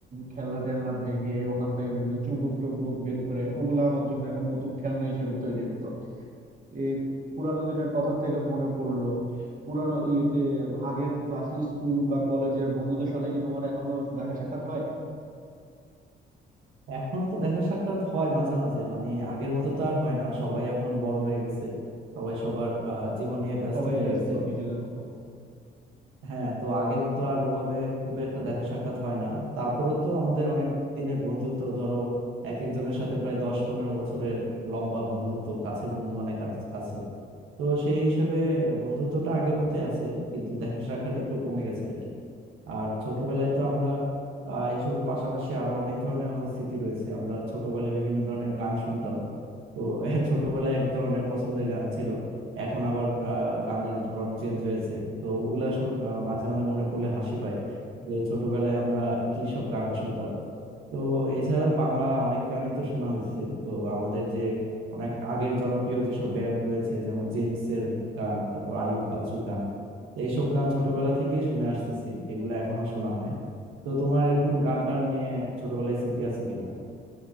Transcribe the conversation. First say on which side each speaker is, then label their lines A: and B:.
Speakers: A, on the right; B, on the right.
A: খেলনা টেলনা ভেঙে ওখান থেকে বিভিন্ন চুম্বক টুম্বক বের করে ওগুলো আমার জন্য এখন নতুন খেলনা হিসেবে তৈরি হতো এই পুরানো দিনের কথা থেকে মনে পড়লো পুরানো ইয়েতে আগের ক্লাস স্কুল বা কলেজের বন্ধুদের সাথে কি তোমার এখনো দেখা সাক্ষাৎ হয়
B: এখন তো দেখা সাক্ষাৎ হয় মাঝে মাঝে মানে আগের মতো তো আর হয় না সবাই এখন বড় হয়ে গেছে সবাই সবার আহ, জীবন নিয়ে ব্যস্ত
A: সবাই
B: হয়ে
A: ব্যস্ত
B: গেছে
A: নিজেদের মতো
B: হ্যাঁ তো আগের মতো আর ওভাবে খুব একটা দেখা সাক্ষাৎ হয় না তারপরও তো আমাদের অনেক দিনের বন্ধুত্ব ধরো এক একজনের সাথে প্রায় দশ পনেরো বছরের লম্বা বন্ধুত্ব কাছে বন্ধু অনেক আছ- আছে তো সেই হিসেবে বন্ধুত্বটা আগের মতোই আছে কিন্তু দেখা সাক্ষাৎ একটু কমে গেছে আর কি আর ছোটবেলায় তো আমরা আহ, এসবের পাশাপাশি আরো অনেক ধরনের আমাদের স্মৃতি রয়েছে আমরা ছোটবেলায় বিভিন্ন ধরনের গান শুনতাম তো <laughs> আহ, ছোটবেলায় এক ধরনের পছন্দের গান ছিল এখন আবার আহ, গানের ধরন চেঞ্জ হয়েছে তো ওগুলা শু- আহ, মাঝে মাঝে মনে পড়লে হাসি পায় যে ছোটবেলায় আমরা কি সব গান শুনতাম তো এছাড়া বাংলা অনেক গানই তো শোনা হয়েছে তো আমাদের যে অনেক আগের জনপ্রিয় যেসব ব্যান্ড রয়েছে যেমন জেমস এর গান তারপর আইয়ুব বাচ্চুর গান তো এইসব গান ছোটবেলা থেকেই শুনে আসতেছি এগুলো এখনো শোনা হয় তো তোমার এরকম গান টান নিয়ে ছোটবেলায় স্মৃতি আছে কিনা